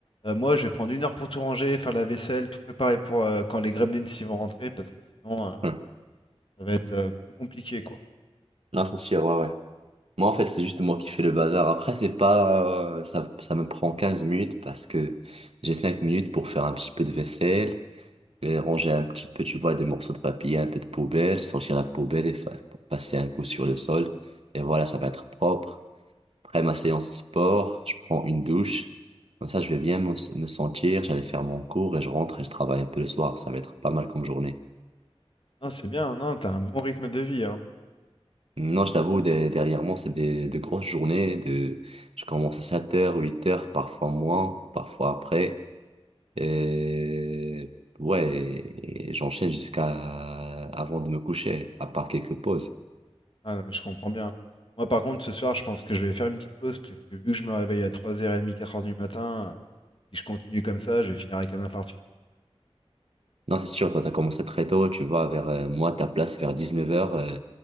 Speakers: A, on the left; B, on the right.
A: euh, moi, je vais prendre une heure pour tout ranger, faire la vaisselle, tout préparer pour euh, quand les gremlins s'y vont rentrer, parce que sinon, euh,
B: Hum.
A: ça va être euh, plus compliqué, quoi.
B: Non, c'est sûr, ouais, ouais. Moi, en fait, c'est juste moi qui fais le bazar. Après, c'est pas, euh, ça, ça me prend quinze minutes parce que j'ai 5 minutes pour faire un petit peu de vaisselle, et ranger un petit peu, tu vois, des morceaux de papier, un peu de poubelle, sortir la poubelle et fa- passer un coup sur le sol. Et voilà, ça va être propre. Après ma séance de sport, je prends une douche. Comme ça, je vais bien me, me sentir, j'allais faire mon cours et je rentre et je travaille un peu le soir. Ça va être pas mal comme journée.
A: Non, c'est bien, non, t'as un bon rythme de vie, hein.
B: Non, je t'avoue, de- dernièrement, c'est des, de grosses journées. De, je commence à sept heures huit heures parfois moins, parfois après. Et ouais, et j'enchaîne jusqu'à avant de me coucher, à part quelques pauses.
A: Ah non, mais je comprends bien. Moi, par contre, ce soir, je pense que je vais faire une petite pause, parce que vu que je me réveille à 3h30, quatre heures du matin... euh, Si je continue comme ça, je vais finir avec un infarctus.
B: Non, c'est sûr, toi, t'as commencé très tôt, tu vois, vers euh, moi, ta place vers dix-neuf heures euh,